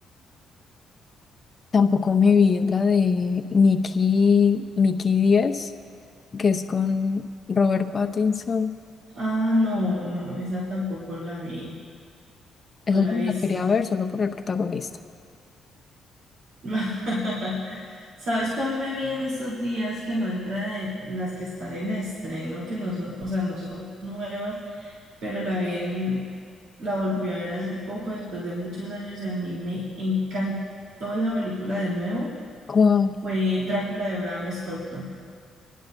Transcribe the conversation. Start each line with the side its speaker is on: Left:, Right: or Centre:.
Left: Tampoco me vi la de Nicky, Nicky Díaz, que es con Robert Pattinson.
Right: Ah, no, no, esa tampoco la vi,
Left: Esa
Right: no la
Left: yo
Right: he visto.
Left: me la quería ver solo por el protagonista.
Right: <laughs> ¿Sabes cuál me vi en estos días que no entra de las que están en estreno, que no son, o sea, no son nuevas, pero la vi en- la volví a ver hace poco, después de muchos años, y a mí me encantó esa película de nuevo,
Left: ¿Cuál?
Right: fue Drácula de Bram Stoker.